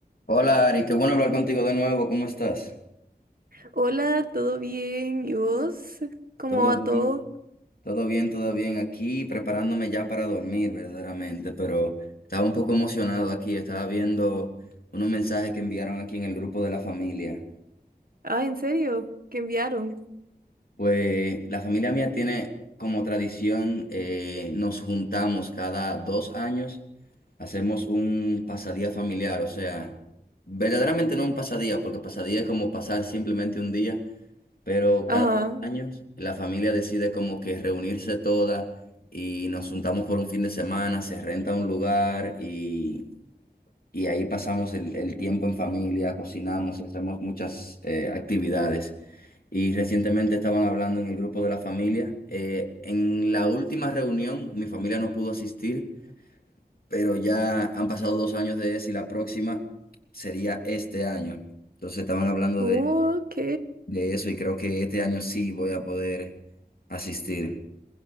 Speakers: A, on the left; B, on the right.
A: Hola Ari, qué bueno hablar contigo de nuevo, ¿cómo estás?
B: Hola, ¿todo bien? ¿Y vos? ¿Cómo
A: ¿Todo
B: va
A: bien?
B: todo?
A: Todo bien, todo bien. Aquí preparándome ya para dormir verdaderamente, pero estaba un poco emocionado aquí, estaba viendo unos mensajes que enviaron aquí en el grupo de la familia.
B: Ah, ¿en serio? ¿Qué enviaron?
A: Pues la familia mía tiene como tradición, eh, nos juntamos cada dos años, hacemos un pasadía familiar, o sea, verdaderamente no un pasadía, porque pasadía es como pasar simplemente un día Pero
B: Ajá.
A: cada dos años la familia decide como que reunirse toda y nos juntamos por un fin de semana, se renta un lugar y, y ahí pasamos el, el tiempo en familia, cocinamos y hacemos muchas eh, actividades. Y recientemente estaban hablando en el grupo de la familia. eh, en la última reunión mi familia no pudo asistir, pero ya han pasado dos años de eso y la próxima sería este año. Entonces estaban hablando
B: Oh,
A: de
B: ok.
A: de eso y creo que este año sí voy a poder asistir.